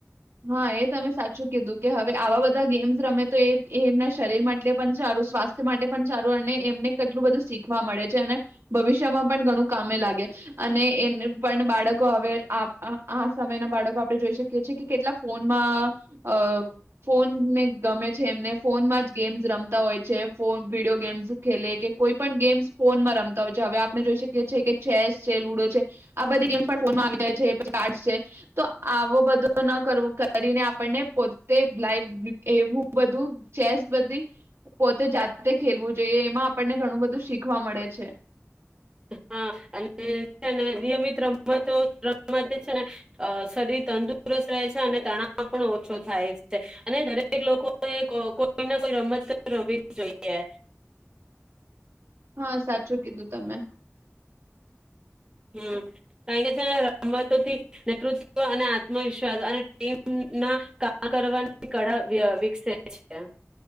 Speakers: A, on the right; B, on the right.
A: હા એ તમે સાચું કીધુ કે હવે આવા બધા ગેમ્સ રમે, તો એ એ એમના શરીર માટે પણ સારું, સ્વાસ્થ્ય માટે પણ સારું અને એમને કેટલું બધું શીખવા મળે છે, અને ભવિષ્યમાં પણ ઘણું કામે લાગે. અને એનુ પણ બાળકો હવે આપ આ સમયના બાળકો આપણે જોઈ શકીએ છીએ કેટલાક ફોનમાં, અ, ફોનને ગમે છે એમને ફોનમાં જ ગેમ્સ રમતા હોય છે, ફોન વિડીયો ગેમ્સ ખેલે કે કોઈ પણ ગેમ્સ ફોનમાં રમતા હોય છે. હવે આપણે જોઈ શકીએ છે કે, ચેસ છે લુડો છે આ બધી ગેમ્સ પણ ફોનમાં આવી જાય છે, પછી કાર્ડસ છે તો આવો બધો ન કરવો કરીને આપણને પોતે લાઈવ એવું બધું, ચેસ બધી, પોતે જાતે ખેલવું જોઈએ એમાં આપણને ઘણું બધું શીખવા મળે છે.
B: હા અને છેને નિયમિત રમતો રમવાથી છે ને, અ શરીર તંદુરસ્ત રહે છે અને તણાવ પણ ઓછો થાય એમ છે, અને દરેક લોકો એ ક કોઈને કોઈ રમતો રમવી જ જોઈએ.
A: હા સાચું કીધું તમે.
B: હમ કાણ કે છે ને રમતોથી નેતૃત્વ અને આત્મવિશ્વાસ અને ટીમના કામ કરવાની કઢા વ્ય વિકસે છે.